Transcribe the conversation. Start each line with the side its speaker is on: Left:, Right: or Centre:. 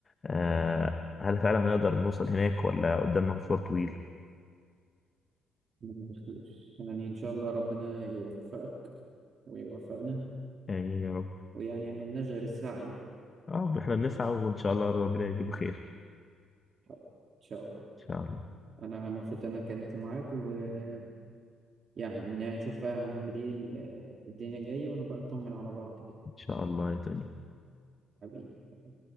Left: آه هل فعلا هنقدر نوصل هناك ولا قدامنا مشوار طويل
Right: مم، بخير يعني ان شاء الله ربنا يوفقك ويوفقنا
Left: آمين يا رب
Right: ويعني ما لناش غير السعي يعني
Left: اه احنا بنسعى وان شاء الله ربنا يجيبه خير
Right: طيب، ان شاء الله
Left: ان شاء الله
Right: انا مبسوط إن انا اتكلمت معاك ويعني ان يعني نشوف بقى هنعمل ايه ال- الدنيا الجايه ونبقى نطمن على بعض كده
Left: ان شاء الله يا توني
Right: حبيبي